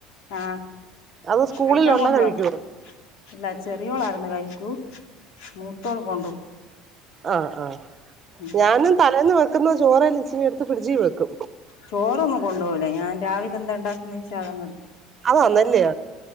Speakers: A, on the left; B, on the right.
A: ആഹ
B: അത് സ്കൂളിലുള്ള
A: കഴിക്കാൻ കൊണ്ടുവ
B: കഴിക്കുവോ
A: ഇല്ല ചെറിയോളാട്ന്ന് കഴിക്കൂ മൂത്തോൾ കൊണ്ടൊവു
B: ആഹ ആഹ
A: ഉം
B: അന്നു തലേന്ന് വെക്കുന്ന ചോർ ഇച്ചിനെടു ഫ്രഡ്ജിൽ വെക്കും
A: ചോറൊന്നും കൊണ്ടൊ പോകുല്ല ഞാൻ രാവിലെ എന്താണ്ടാക്കന്ന് വെച്ചാ അതങ്ങേടക്കു
B: അതാന്നെയ